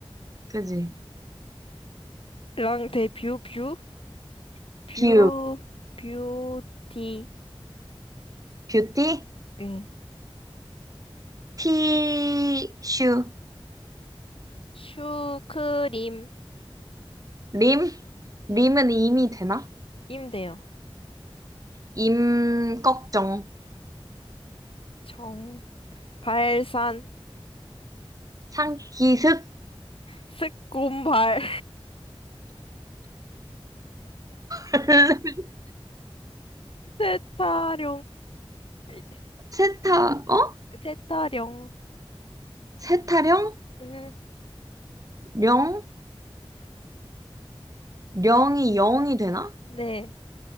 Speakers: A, on the right; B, on the left.
A: 그지?
B: 랑 대뷰 뷰? 뷰
A: 뷰.
B: 뷰티
A: 뷰티?
B: 응.
A: 티슈.
B: 슈크림
A: 림?
B: 응.
A: 림은 임이 되나?
B: 임대요.
A: 임, 걱정.
B: 정 발산
A: 상기습?
B: 스콘발
A: <laughs>
B: <laughs> 세타령 이-
A: 세타, 어?
B: 세타령
A: 세타령?
B: 응.
A: 령? 영이 영이 되나?
B: 네.